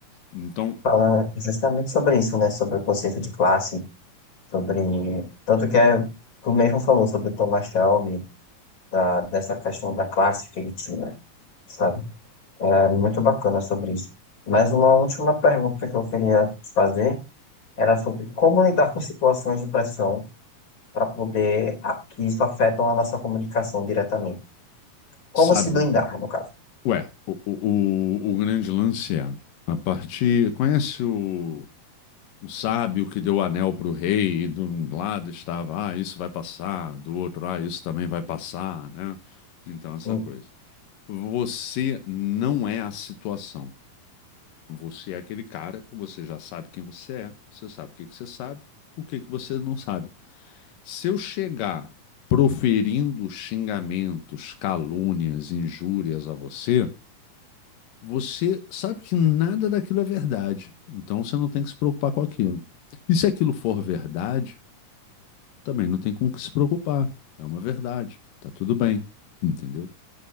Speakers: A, on the left; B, on the left.
A: Então,
B: Fala justamente sobre isso, né? Sobre o conceito de classe, sobre. Tanto que é, tu mesmo falou sobre o Thomas Shelby, da, dessa questão da classe que ele tinha, sabe? É muito bacana sobre isso. Mas uma última pergunta que eu queria te fazer era sobre como lidar com situações de pressão para poder a- que isso afeta a nossa comunicação diretamente. Como
A: sabe,
B: se blindar, no caso.
A: ué, o, o, o, o grande lance é a partir. Conhece o, o sábio que deu o anel para o rei, e de um lado estava, ah, isso vai passar, do outro, ah, isso também vai passar, né? Então, essa
B: Sim,
A: coisa. Você não é a situação. Você é aquele cara, você já sabe quem você é, você sabe o que que você sabe, o que que você não sabe. Se eu chegar proferindo xingamentos, calúnias, injúrias a você, você sabe que nada daquilo é verdade. Então você não tem que se preocupar com aquilo. E se aquilo for verdade, também não tem com o que se preocupar. É uma verdade. Tá tudo bem. Entendeu?